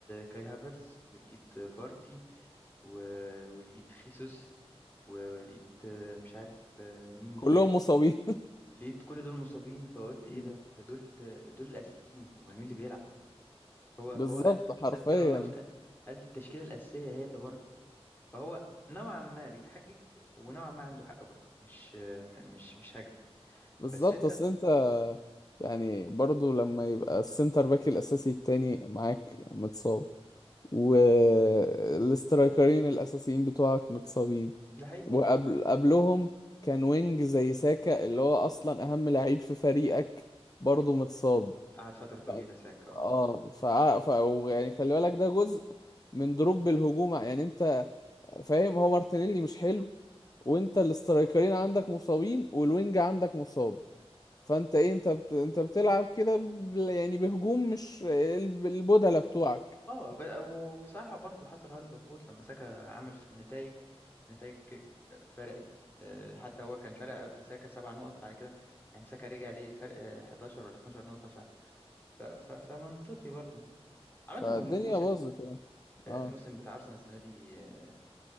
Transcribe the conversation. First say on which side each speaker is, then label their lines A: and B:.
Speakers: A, on the left; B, on the left.
A: كاي هافرز ولقيت بارتي و- ولقيت خيسوس ولقيت آه، مش عارف آه، مين
B: كلهم
A: الباك
B: مصابين <laughs>
A: لقيت كل دول مصابين فقلت ايه
B: مم.
A: ده ده دول ده دول الاساسيين امال مين اللي بيلعب هو
B: بالظبط
A: فهو قال
B: حرفيا
A: قال كده وانا قال قال دي التشكيله الاساسيه هي اللي بره فهو نوعا ما بيتحجج ونوعا ما عنده حق برضه مش م- مش مش هكدب
B: بالظبط
A: بس انت
B: اصل انت يعني برضو لما يبقى السنتر باك الاساسي التاني معاك متصاب والاسترايكرين الاساسيين بتوعك متصابين
A: ده حقيقي
B: وقبل قبلهم كان وينج زي ساكا اللي هو اصلا اهم لعيب في فريقك برضو متصاب
A: قعد فترة طويلة
B: ف-
A: ساكا اه
B: اه ف... ف... يعني خلي بالك ده جزء من دروب الهجوم يعني انت فاهم هو مارتينيلي مش حلو وانت الاسترايكرين عندك مصابين والوينج عندك مصاب فانت ايه انت بت... انت بتلعب كده ب... يعني بهجوم مش الب- البودلة بتوعك
A: اه ب- وبصراحة برضه حصل عنده هبوط لما ساكا عمل في النتائج النتائج فرقت آه، حتى هو كان فرق قبل ساكا سبع نقط بعد كده يعني ساكا رجع ليه الفرق آه، 11 ولا 12 نقطة ف... ف... ف... فمنطقي برضه عامة
B: فالدنيا
A: هو موسم
B: باظت يعني
A: آه،
B: اه
A: موسم بتاع أرسنال السنة دي آه،